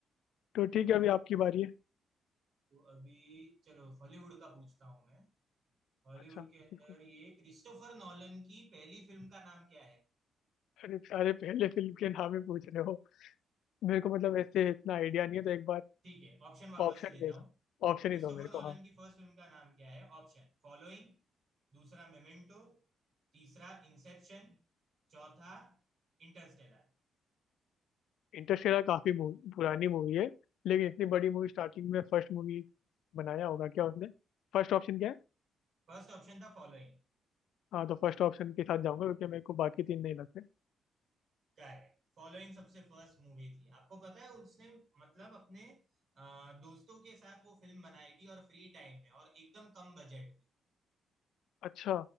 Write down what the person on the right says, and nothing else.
तो,
तो अभी चलो हॉलीवुड का पूछता हूँ मैं हॉलीवुड
के अंदर ये क्रिस्टोफर नॉलन की पहली फिल्म का नाम क्या है
ठीक है ऑप्शन वापस
से देता
हूँ
क्रिस्टोफर
नॉलन
की फर्स्ट फिल्म का नाम क्या है ऑप्शन फॉलोइंग दूसरा मेमेंटो तीसरा इंसेप्शन चौथा इंटरस्टेलर
फर्स्ट ऑप्शन था फॉलोइंग
करेक्ट फॉलोइंग सबसे फर्स्ट मूवी थी आपको पता है उसने मतलब अपने अ, दोस्तों के साथ वो फिल्म बनाई थी और फ्री टाइम में और एकदम कम बजट में